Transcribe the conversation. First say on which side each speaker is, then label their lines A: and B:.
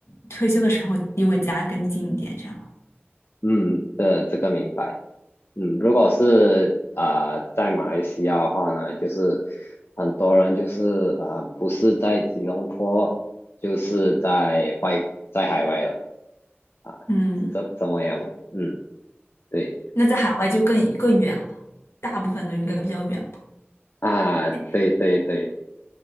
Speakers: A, on the left; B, on the left.
A: 退休的时候离我家更近一点，这样。
B: 嗯这这个明白。嗯，如果是啊、呃在马来西亚的话呢，就是很多人就是啊、呃不是在吉隆坡，就是在外在海外了啊，
A: 嗯，
B: 是这这么样的。嗯，对。
A: 那在海外就更更远了，大部分都应该比较远吧。
B: 啊，
A: 哎。
B: 对对对